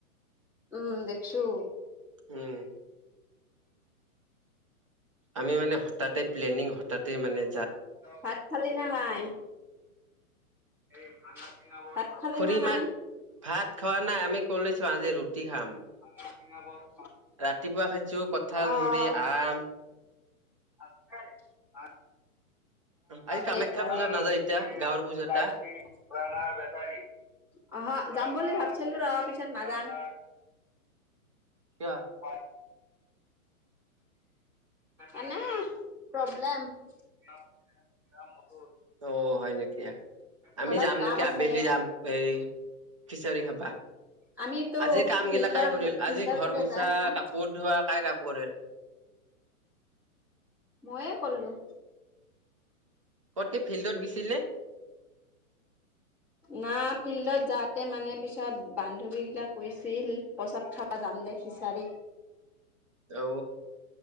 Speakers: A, in the centre; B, on the right.
A: উম দেখছো।
B: উম। আমি মানে হঠাতে প্লেনিং হঠাতে মানে যা
A: ভাত খালি না নাই <inaudible> খালি
B: খুৰী
A: না নাই?
B: মা ভাত খোৱা নাই আমি কলোচোন আজি ৰুটি খাম
A: <inaudible>
B: ৰাতিপুৱা খাইছো কঁঠাল
A: অহ,
B: মুড়ি আম
A: <inaudible>
B: <unintelligible> কামাখ্যা
A: লোহা
B: পূজাত নাযায় এতিয়া
A: তিং
B: গাঁৱৰ পূজাত
A: প্লাচটিক
B: তা
A: পুৰণা বেটাৰী আহা যাম বুলি ভাবছিলো ৰ পিছত নাযাং
B: কিয়
A: <inaudible> এনে প্ৰব্লেম <unintelligible>
B: অ হয় নেকি আমি
A: ঘৰত
B: যাম
A: কাম
B: নেকি
A: আছে।
B: আবেলি যাম হেৰি খিচাৰী খাবা
A: আমিতো
B: আজি কাম
A: ফিল্ডৰ
B: গিলা কাই কৰিল
A: ফিল্ডৰ
B: আজি ঘৰ
A: ফালে
B: মুচা
A: যাই শুনা
B: কাপোৰ ধোৱা কাই কাম কৰিল
A: ময়ে কৰিলো
B: অ তই ফিল্ডত গিছিলি
A: না ফিল্ডত যাতে মানে পিছত বান্ধৱী গিলাক কৈছিল পচাদ খাব য যাম দে খিচাৰীত
B: উ